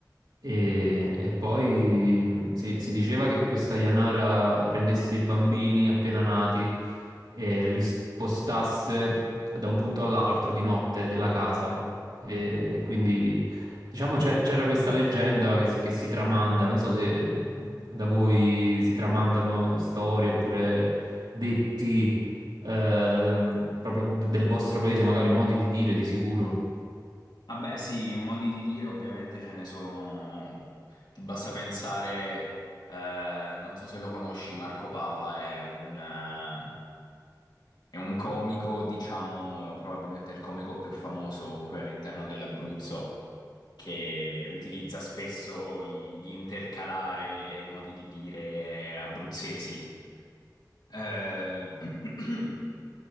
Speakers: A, on the right; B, on the left.
A: E, e poi mh, si, si diceva che questa Yanara prendesse i bambini appena nati e li spostasse da un punto all'altro di notte della casa. E, e quindi, diciamo, c'è- c'era questa leggenda che, che si tramanda. Non so se da voi si tramandano storie oppure detti eh, proprio d- del vostro paese, magari modi di dire di sicuro.
B: Vabbè, sì, in modi di dire ovviamente ce ne sono. Ti basta pensare, eh, non so se lo conosci, Marco Papa è un, eh, è un comico, diciamo, probabilmente il comico più famoso qui all'interno dell'Abruzzo. che utilizza spesso i- gli intercalare e i modi di dire abruzzesi. Eh, <clears throat>